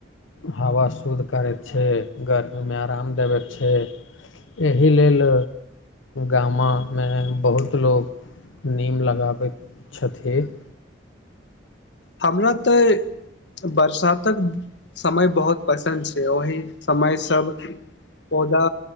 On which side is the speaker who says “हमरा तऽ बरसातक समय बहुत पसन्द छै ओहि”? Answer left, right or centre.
Left